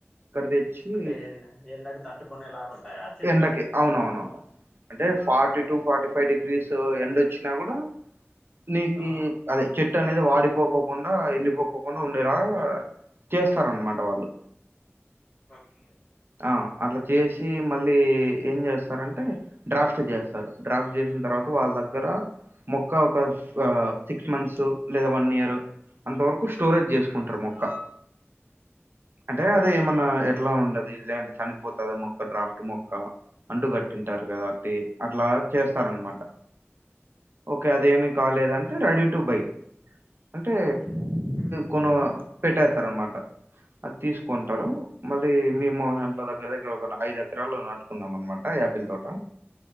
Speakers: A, on the right (about 55°); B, on the left (about 15°).
A: తెచ్చి
B: అంటే ఎన్ ఎండకు తట్టుకునేలాగా ఉంటాయా చెట్లు
A: ఎండకి అవునవునవును అంటే ఫార్టీ
B: ఆ
A: to forty five degrees so ఎండొచ్చినా కూడా నీకి
B: ఆ
A: అదే చెట్ ట్ అనేది వాడిపోకోకుండా, ఎండిపోకోకుండా ఉండేలాగా చేస్తారన్నమాట వాళ్ళు
B: ఓకే
A: ఆ అట్లా చేసి మళ్ళీ ఏం చేస్తారంటే డ్రాఫ్ట్ చేస్తారు. డ్రాఫ్ట్ చేసిన తర్వాత వాళ్ళ దగ్గర మొక్క ఒక స సిక్స్ మంత్స్ లేదా వన్ ఇయర్ అంతవరకు స్టోరేజ్ చేసుకుంటరు. మొక్క అంటే అది ఏమన్నా ఎట్లా ఉండది. అంటే చనిపోతదా మొక్క డ్రాఫ్ట్ మొక్క అంటు కట్టి టారు కదా అంటే అట్లా చేస్తారన్నమాట. ఒకే అది ఏమి కాలేదంటే రెడీ టూ బై. అంటే
B: హ్మ్.
A: కొన్ పెట్టేత్తరన్నమాట అది తీసుకుంటరు. మళ్ళీ మీ అట్ల దగ్గర దగ్గర ఒక న ఐదు ఎకరాలు నాటుకున్నాం అనమాట. యాపిల్ తోట